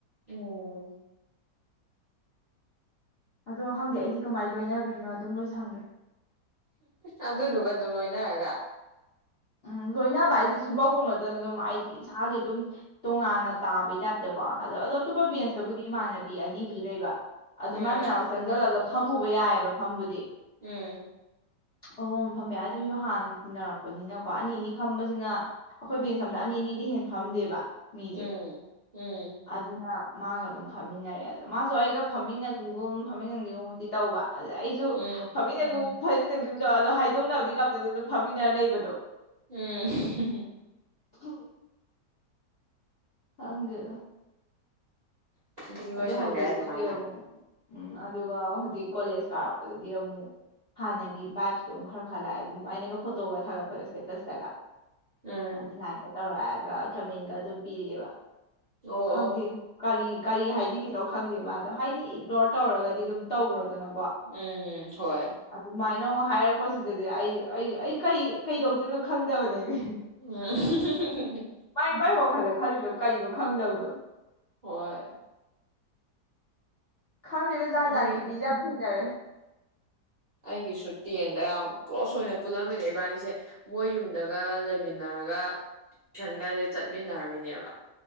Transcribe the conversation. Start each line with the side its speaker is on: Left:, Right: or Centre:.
Right: ꯎꯝ
Left: ꯑꯗꯣ ꯈꯪꯗꯦ ꯑꯩꯗꯤ ꯀꯃꯥꯏꯅ ꯂꯣꯏꯅꯒꯔꯤꯅꯣ ꯑꯗꯨꯝ ꯂꯣꯏꯁꯪꯒꯔꯦ
Right: ꯑꯗꯨꯗꯨꯒ ꯑꯗꯨꯝ ꯂꯣꯏꯅꯔꯒ
Left: ꯎꯝ ꯂꯣꯏꯅꯕ ꯍꯥꯏꯁꯦ ꯁꯨꯡꯀꯧ ꯀꯧꯅꯗꯅ ꯑꯗꯨꯝ ꯍꯥꯏꯗꯤ ꯏꯁꯥꯁꯦ ꯑꯗꯨꯝ ꯇꯣꯉꯥꯟꯅ ꯇꯥꯕꯩ ꯇꯥꯏꯞꯇ ꯑꯣ ꯑꯗꯣ ꯑꯇꯣꯞꯄ ꯕꯦꯟꯁꯇꯕꯨꯗꯤ ꯏꯃꯥꯟꯅ ꯕꯤ ꯑꯅꯤꯕꯨꯗꯤ ꯂꯩꯕ ꯑꯗꯨ
Right: ꯎꯝ
Left: ꯃꯥꯏ ꯃꯅꯥꯛ ꯆꯪꯁꯤꯜꯂꯒ ꯐꯝꯃꯨ ꯎꯕ ꯌꯥꯏꯑꯕ ꯐꯝꯕꯨꯗꯤ
Right: ꯎꯝ
Left: ꯑꯃꯃꯝ ꯐꯝꯃꯦ ꯑꯗꯨꯑꯣꯏꯁꯨ ꯍꯥꯟꯅ ꯇꯤꯟꯅꯔꯛꯄꯅꯤꯅ ꯀꯣ ꯑꯅꯤ ꯑꯅꯤ ꯐꯝꯕꯁꯤꯅ ꯑꯩꯈꯣꯏ ꯕꯦꯟꯁ ꯑꯃꯗ ꯑꯅꯤ ꯑꯅꯤꯗꯤ ꯍꯦꯟꯅ ꯐꯝꯗꯦꯕ ꯃꯤꯁꯦ
Right: ꯎꯝ ꯎꯝ
Left: ꯑꯗꯨꯅ ꯃꯥꯒ ꯑꯗꯨꯝ ꯐꯝꯃꯤꯟꯅꯔꯑꯦ ꯑꯗꯣ ꯃꯥꯁꯨ ꯑꯩꯒ ꯐꯝꯃꯤꯟꯅꯅꯤꯡꯒꯨꯝ ꯐꯝꯃꯤꯟꯅꯤꯡꯗꯒꯨꯝꯕꯨꯗꯤ ꯇꯧꯕ ꯑꯗ ꯑꯩꯁꯨ
Right: ꯎꯝ
Left: ꯐꯃꯤꯟꯅꯒꯨꯝ ꯐꯝꯃꯤꯟꯅ ꯑꯗꯨꯝ ꯇꯧ ꯑꯗꯣ ꯍꯥꯏꯗꯣꯛꯅꯕꯗꯤ ꯉꯝꯗꯅ ꯑꯗꯨꯝ ꯐꯝꯃꯤꯟꯅꯔ ꯂꯩꯕꯗꯣ
Right: ꯎꯝ
Left: ꯍꯝ ꯈꯪꯗꯦꯗ
Right: ꯑꯗꯨꯝ ꯂꯣꯏꯁꯟꯒ꯭ꯔꯦ
Left: ꯑꯗꯨ ꯍꯧꯖꯤꯛꯄꯨꯗꯤ
Right: ꯑꯗꯨꯃꯥꯏꯅ
Left: ꯑꯃꯨꯛ ꯎꯝ ꯑꯗꯨꯒ ꯍꯧ ꯑꯗꯒꯤ ꯀꯣꯂꯦꯖ ꯀꯥꯔꯛꯄꯗꯗꯤ ꯑꯃꯨꯛ ꯍꯥꯟꯅꯒꯤ ꯕꯥꯥꯏꯞꯇꯣ ꯑꯃꯨꯛ ꯈꯔ ꯈꯔ ꯂꯥꯛꯑꯦ ꯑꯗꯨꯝ ꯑꯩꯅꯒ ꯐꯣꯇꯣꯒ ꯊꯥꯒꯠꯄꯗ ꯁꯇꯦꯇꯁꯇꯒ
Right: ꯎꯝ
Left: ꯑꯥ ꯂꯥꯏꯀꯠ ꯇꯧꯔꯛꯑꯒ ꯀꯃꯦꯟꯒ ꯑꯗꯨꯝ ꯄꯤꯑꯦꯕ
Right: ꯑꯣ
Left: ꯈꯪꯗꯦꯕꯣ
Right: ꯑꯣ
Left: ꯀꯔꯤ ꯀꯔꯤ ꯍꯥꯏꯅꯤꯉꯤꯅꯣ ꯈꯪꯗꯦꯕ ꯃꯥꯢꯗꯣ ꯍꯥꯏꯗꯤ ꯏꯒꯅꯣꯔ ꯇꯧꯔꯒꯗꯤ ꯑꯗꯨꯝ ꯇꯧꯈ꯭ꯔꯣꯗꯅ
Right: ꯎꯝ ꯍꯣꯏ
Left: ꯑꯗꯨꯃꯥꯏꯅ ꯑꯃꯨꯛ ꯍꯥꯏꯔꯛ ꯄꯣꯠ ꯁꯤꯗꯗꯤ ꯑꯩ ꯑꯩ ꯀꯔꯤ ꯀꯩ ꯇꯧꯗꯣꯏꯅꯣ ꯈꯪꯗꯕꯅꯦꯃꯤ
Right: ꯑ ꯍ ꯍ ꯍ ꯍ
Left: ꯃꯥꯏ ꯃꯥꯏ ꯋꯥꯈꯜꯗ ꯈꯜꯂꯤꯗꯣ ꯀꯩꯅꯣ ꯈꯪꯗꯕꯗꯣ
Right: ꯍꯣꯏ
Left: ꯈꯪꯗꯦꯗ ꯖꯥꯠ
Right: ꯑꯩ
Left: ꯖꯥꯠꯀꯤ ꯃꯤꯁꯦ ꯌꯥꯝ ꯊꯦꯡꯅꯔꯦ
Right: ꯑꯩꯒꯤꯁꯨ ꯇꯦꯟꯗ ꯌꯥꯝ ꯀ꯭ꯂꯣꯁ ꯑꯣꯏꯅ ꯄꯨꯜꯂꯝꯃꯤꯅꯦ ꯏꯕꯥꯅꯤꯁꯦ ꯃꯣꯏ ꯌꯨꯝꯗꯒ ꯂꯩꯃꯤꯟꯅꯔꯒ ꯇꯨꯏꯁꯟꯒꯁꯦ ꯆꯠꯃꯤꯟꯅꯔꯝꯃꯤꯅꯦꯕ